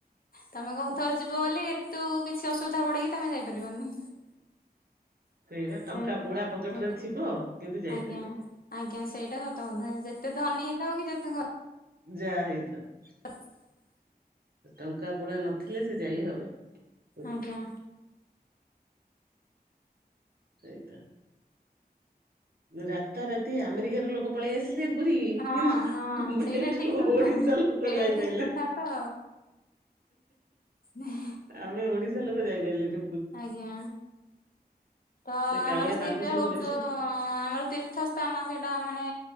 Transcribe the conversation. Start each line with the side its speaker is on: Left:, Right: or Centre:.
Left: ତମେ କହୁଥବ ଯିବ ବୋଲି ଇନ୍ତୁ କିଛି ଅସୁବିଧା ହବ ଗୋଟେ କି ତମେ ଯାଇପାରିବନି।
Right: ସେଇ ବା ଟଙ୍କା
Left: ସେମ
Right: ପୁଳା ପକେଟରେ
Left: ଆଜ୍ଞା।
Right: ଥିବ କିନ୍ତୁ ଯାଇପାରିବନି।
Left: ଆଜ୍ଞା ଆଜ୍ଞା ସେଇଟା ସତ କଥା ଯେତେ ଧନୀ ହେଇଥାଉ କି ଯେତେ ଗ
Right: ଯା ହେଇଥାଉ।
Left: <inaudible>
Right: ଟଙ୍କା ପୁଳା ନଥିଲେ ସେ ଯାଇ ହବନି। ପୁରୀ
Left: ଆଜ୍ଞା।
Right: ସେଇତ ରାତାରାତି ଆମେରିକରୁ ଲୋକ ପଳେଇ ଆସିଲେ। ପୁରୀକି
Left: ହଁ
Right: କିନ୍ତୁ
Left: ହଁ
Right: ଆମେ
Left: ସେଇଟା
Right: ଏଠୁ
Left: ଠିକ୍ କଥା
Right: ଓଡିଶା
Left: ସେଇଟା
Right: ଲୋକ ଯାଇପାଇଲେ
Left: ଠିକ୍ କଥା ତ। <unintelligible>
Right: ଆମେ ଓଡିଶା ଲୋକ ଯାଇପାଇଲେନି।
Left: ଆଜ୍ଞା ତ
Right: ସେ କାଳିଆ
Left: ଆମର <unintelligible>
Right: ତାଙ୍କୁ ସବୁ
Left: ହଉ
Right: ବେଶୀ
Left: ଆମର <unintelligible> ତୀର୍ଥ ସ୍ଥାନ ସେଇଟା ମାନେ